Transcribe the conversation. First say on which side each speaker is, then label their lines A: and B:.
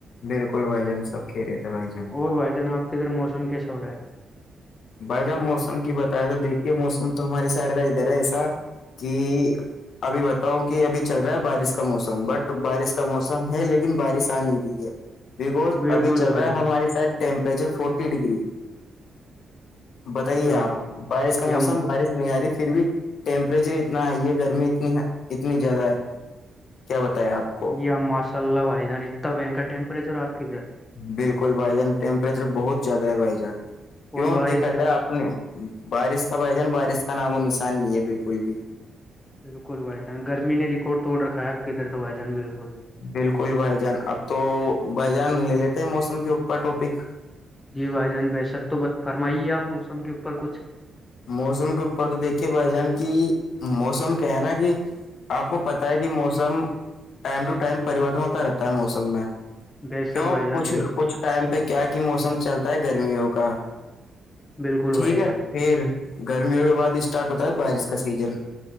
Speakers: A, on the left; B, on the left.
A: بالکل بھائی جان سب کھی رہےتے بھائی جان
B: اور وادینہ آپ کے ادر موسم کیسا ہو رہا ہے
A: بھائی جب موسم کی بتائے تو دیکھیے موسم تو ہماراری سائڈ کا ادھر ہے ایسا کہ ابھی بتاؤ کہ ابھی چل رہا ہے بارش کا موسم بٹ بارش کا موسم ہے لیکن بارش آ نہیں رہی ہے بیکوز
B: بالکل
A: ابھی چل
B: بھائی
A: رہا ہے
B: جان
A: ہماری سائڈ ٹمپرریچر فورٹی ڈگری بتائیے
B: یم
A: آپ بارش کا موسم
B: یم
A: بارش یاری پھر بھی ٹیمپریچر اتنا ہائی ہے گرمی اتنی اتنی زیادہ ہے کیا بتیا آپ کو
B: یا ماسء اللہ وائیدان اتنا بنکا ٹیمپریچر آ کے لیے
A: بالکل بھائی جان ٹیمپریچر بہت زیادہ ہے بھائی جان کیوں
B: اور بارش
A: دیکا جائے
B: کا
A: بارش کا بھائی جان بارش کا نام و نشان نہیں ہے بالکل بھی
B: بالکل بھائی جان گرمی نے ریکارڈ توڑ رکھا ہے آپ کے ادھر تو بھائی جان بالکل
A: بالکل بھائی جان اب تو بھائی جان لے لیتے ہیں موسم کے اوپر ٹاپک
B: جی بھائی جان بےسک تو ب فرمائیے آپ موسم کے اوپر کچھ
A: موسم کے اوپر تو دیکھیے بھائی جان کی موسم کیا ہے نا کہ آپ کو پتا ہے کہ موسم ٹائم ٹو ٹائم پریورتن ہوتا رہتا ہے موسم میں
B: بے
A: کیوں
B: شک بھائی جان
A: کچھ
B: بالکل
A: کچھ ٹائم پہ کیا کی موسم چلتا ہے گرمیوں کا
B: بالکل
A: ٹھیک
B: بھائی
A: ہے
B: جان
A: پھر گرمیوں کے بعد ہی اسٹارٹ ہوتا ہے بارش کا سیزن